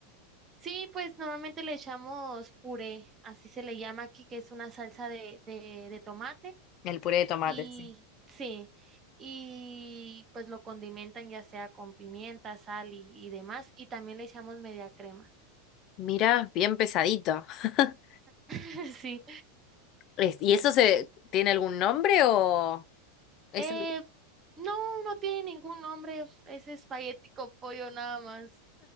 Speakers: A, on the right; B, on the left.
A: Sí, pues normalmente le echamos puré, así se le llama aquí, que es una salsa de, de, de tomate
B: El puré de tomate,
A: y
B: sí.
A: sí, y pues lo condimentan ya sea con pimienta, sal y, y demás, y también le echamos media crema.
B: Mira, bien pesadito. <laughs>
A: <laughs> Sí.
B: Es- ¿Y eso se tiene algún nombre o es...
A: Eh,
B: algo-
A: no, no tiene ningún nombre. Es espagueti con pollo nada más.